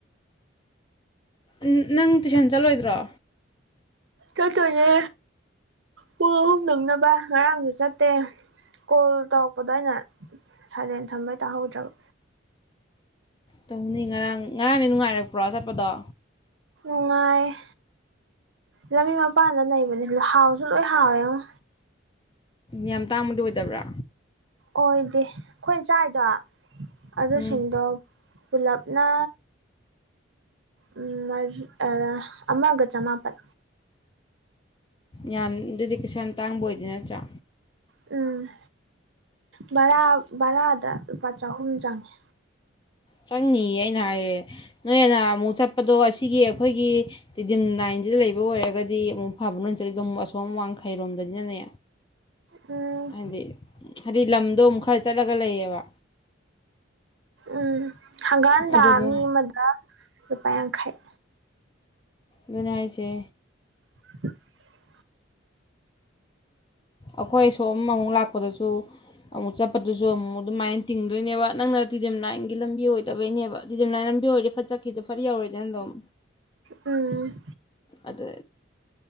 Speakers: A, on the left (about 25°); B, on the right (about 70°).
A: ꯎꯝ ꯅꯪ ꯇꯨꯏꯁꯟ ꯆꯠꯂꯣꯏꯗ꯭ꯔꯣ
B: ꯆꯠꯇꯣꯏꯅꯦ ꯄꯨꯡ ꯑꯍꯨꯝ ꯅꯪꯅꯕ ꯉꯔꯥꯡꯁꯨ ꯆꯠꯇꯦ ꯀꯣꯜ ꯇꯧꯔꯛꯄꯗꯣ ꯑꯩꯅ ꯁꯥꯏꯂꯦꯟ ꯊꯝꯕꯩ ꯇꯥꯍꯧꯗ꯭ꯔꯕ
A: ꯇꯧꯅꯤ ꯉꯔꯥꯡ ꯉꯔꯥꯡꯗꯤ ꯅꯨꯡꯉꯥꯏꯔꯛꯄ꯭ꯔꯣ ꯆꯠꯄꯗꯣ
B: ꯅꯨꯡꯉꯥꯏ ꯂꯝꯕꯤ ꯃꯄꯥꯟꯗ ꯂꯩꯕꯅꯦ ꯍꯥꯎꯁꯨ ꯂꯣꯏ ꯍꯥꯎꯋꯦꯉꯣ
A: ꯌꯥꯝ ꯇꯥꯡꯕꯗꯤ ꯑꯣꯏꯗꯕ꯭ꯔꯥ
B: ꯑꯣꯏꯗꯦ ꯈꯣꯏ ꯆꯥꯏꯗꯣ ꯑꯗꯨꯁꯤꯡꯗꯣ
A: ꯎꯝ
B: ꯄꯨꯂꯞꯅ ꯎꯝ ꯃꯔꯤ ꯑ ꯑꯃꯒ ꯆꯃꯥꯄꯟ
A: ꯌꯥꯝ ꯗꯨꯗꯤ ꯀꯩꯁꯨ ꯌꯥꯝ ꯇꯥꯡꯕ ꯑꯣꯏꯗꯦ ꯅꯠꯇ꯭ꯔꯥ
B: ꯎꯝ ꯕꯔꯥ ꯕꯔꯥꯗ ꯂꯨꯄꯥ ꯆꯍꯨꯝ ꯆꯪꯉꯦ
A: ꯆꯪꯅꯤꯌꯦ ꯑꯩꯅ ꯍꯥꯏꯔꯦ ꯅꯣꯏꯅ ꯅꯍꯥꯟꯃꯨꯛ ꯆꯠꯄꯗꯣ ꯑꯁꯤꯒꯤ ꯑꯈꯣꯏꯒꯤ ꯇꯗꯤꯝ ꯂꯥꯏꯟꯖꯤꯗ ꯂꯩꯕ ꯑꯣꯏꯔꯒꯗꯤ ꯑꯃꯨꯛ ꯐꯕ ꯅꯣꯏꯅ ꯆꯠꯂꯤꯗꯣ ꯑꯃꯨꯛ ꯑꯁꯣꯝ ꯋꯥꯡꯈꯩꯔꯣꯝ ꯕꯅꯤꯅꯅꯦ
B: ꯎꯝ
A: ꯍꯥꯏꯗꯤ ꯍꯥꯏꯗꯤ ꯂꯝꯗꯣ ꯑꯃꯨꯛ ꯈꯔ ꯆꯠꯂꯒ ꯂꯩꯌꯦꯕ
B: ꯎꯝ ꯍꯪꯒꯥꯠ ꯍꯟꯗꯥ
A: ꯑꯗꯨꯗꯨ
B: ꯃꯤ ꯑꯃꯗ ꯂꯨꯄꯥ ꯌꯥꯡꯈꯩ
A: ꯗꯨꯅꯦ ꯍꯥꯏꯁꯦ
B: <inaudible>
A: ꯑꯈꯣꯏ ꯁꯣꯝ ꯑꯃꯨꯛ ꯂꯥꯛꯄꯗꯁꯨ ꯑꯃꯨꯛ ꯆꯠꯄꯗꯨꯁꯨ ꯑꯃꯨꯛ ꯗꯨꯃꯥꯏ ꯇꯤꯡꯗꯣꯏꯅꯦꯕ ꯅꯪꯅ ꯇꯤꯗꯤꯝ ꯂꯥꯏꯟꯒꯤ ꯂꯝꯕꯤ ꯑꯣꯏꯗꯕꯩꯅꯦꯕ ꯇꯤꯗꯤꯝ ꯂꯥꯏꯟ ꯗꯨ ꯑꯣꯏꯔꯤ ꯐꯠ ꯆꯠꯈꯤꯗ ꯐꯠ ꯌꯧꯔꯦꯗꯅ ꯑꯗꯨꯝ
B: ꯎꯝ
A: ꯑꯗꯨ